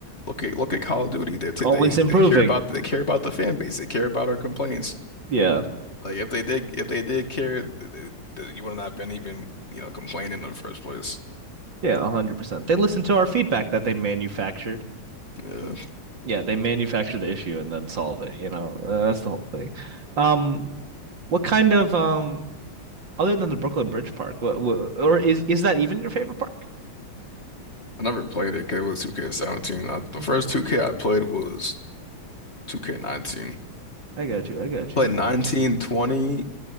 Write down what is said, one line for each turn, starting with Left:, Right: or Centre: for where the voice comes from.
Left: "Look at look at Call of Duty. They t-
Right: Always
Left: they
Right: improving.
Left: they care about they care about the fan base. They care about our complaints.
Right: Yeah.
Left: Like if they did if they did care, th- th- th- you wouldn't have been even you know complaining in the first place."
Right: Yeah, 100%. They listen to our feedback that they manufactured.
Left: Yeah.
Right: Yeah, they manufacture the issue and then solve it, you know. Uh, That's the whole thing. Um, what kind of um other than the Brooklyn Bridge Park, what, what or is is that even your favorite park?
Left: I never played it 'cause it was 2K17. I, the
Right: hmm
Left: first 2K I played was 2K19.
Right: I got you. I got you.
Left: Played 19, 20,